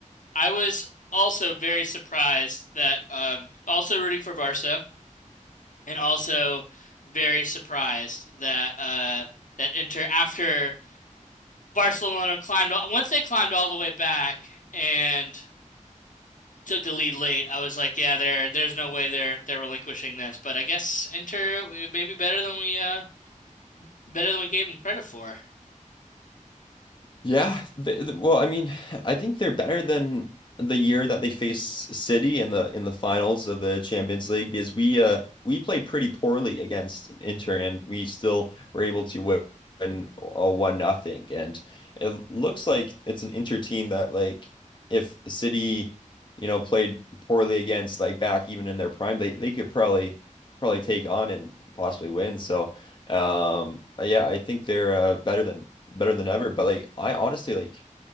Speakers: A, on the left; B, on the left.
A: I was also very surprised that um also rooting for Barca and also very surprised that uh that Inter after Barcelona climbed all- once they climbed all the way back and took the lead late, I was like, yeah, there there's no way they're they're relinquishing this, but I guess Inter uh, maybe better than we uh Better than we gave him credit for.
B: Yeah, th th- well, I mean, I think they're better than the year that they faced City in the in the finals of the Champions League because we uh we played pretty poorly against Inter and we still were able to win a one nothing and it looks like it's an Inter team that like if City you know played poorly against like back even in their prime they they could probably probably take on and possibly win so. Um, yeah, I think they're uh, better than better than ever. But like, I honestly like,